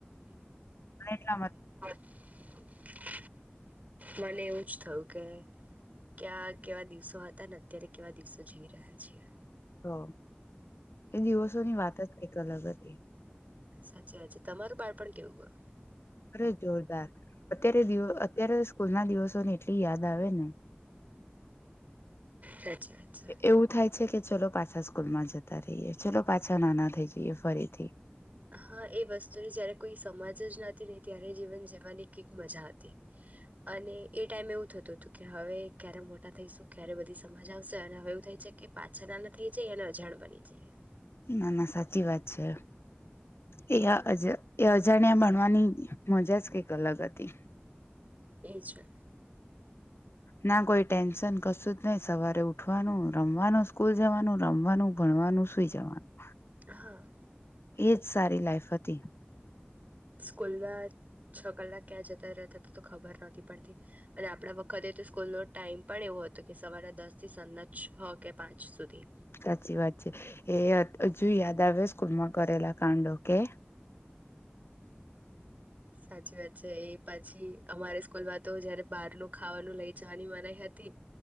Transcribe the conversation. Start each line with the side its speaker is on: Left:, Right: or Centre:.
Left: હા એટલામાં
Right: <inaudible> મને એવું જ થયું કે ક્યા કેવા દિવસો હતા ને અત્યારે કેવા દિવસો જીવી રહ્યા છીએ
Left: તો એ દિવસોની વાત જ કઈક અલગ હતી
Right: સાચી વાત છે તમારું બાળપણ કેવું ગયુ
Left: અરે જોરદાર અત્યારે અત્યારે સ્કૂલ ના દિવસોને એટલી યાદ આવે ને
Right: સાચી વાત છે
Left: એવું થાય છે કે ચલો પા પાછા સ્કૂલમાં જતા રહીએ ચલો પાછા નાના થઈ જઈએ ફરીથી
Right: હા એ વસ્તુની જયારે કોઈ સમાજ જ નહતી નહી ત્યારે જીવન જવાની કઈક મજા હતી અને એ ટાઈમે એવું થતું હતું કે હવે ક્યારે મોટા થઈશું ક્યારે બધી સમાજ આવશે અને હવે એવું થાય છે કે પાછા નાના થઈ જાય અને અજાણ બની જઈએ
Left: ના ના સાચી વાત છે એ એ અજાણ્યા ભણવાની મજા જ કઈક અલગ હતી
Right: એ છે
Left: ના કોઈ ટેન્શન કશું જ નહી સવારે ઉઠવાનું રમવાનું સ્કૂલ જવાનું રમવાનું ભણવાનું સુઈ જવાનું
Right: હા
Left: એજ સારી લાાઈફ હતી
Right: સ્કૂલમાં છ કલાક ક્યાં જતા રહેતા હતા તો ખબર નથી પડતી અને આપણા વખતે તો સ્કૂલનો ટાઈમ પણ એવો હતો કે સવારે દસ થી સાંજના છો કે પાંચ સુધી
Left: સાચી વાત છે એ હજુ યાદ આવે સ્કૂલ માં કરેલા કાંડો કે
Right: સાચી વાત છે એ પછી અમારે સ્કૂલમાં તો જયારે બહારનુ ખાવાનું લઇ જવાની મનાઈ હતી